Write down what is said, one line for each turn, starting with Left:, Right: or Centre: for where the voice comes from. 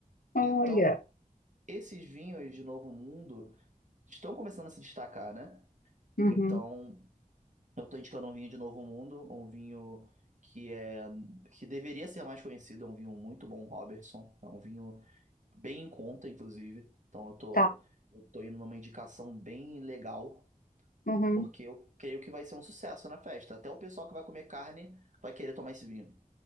Left: olha,
Right: Então, esses vinhos de Novo Mundo estão começando a se destacar, né?
Left: uhum,
Right: Então, eu estou indicando um vinho de Novo Mundo, um vinho que é que deveria ser mais conhecido, é um vinho muito bom, Robertson. É um vinho bem em conta, inclusive. Então, eu tô,
Left: tá,
Right: eu tô indo numa indicação bem legal,
Left: uhum.
Right: porque eu creio que vai ser um sucesso na festa. Até o pessoal que vai comer carne vai querer tomar esse vinho.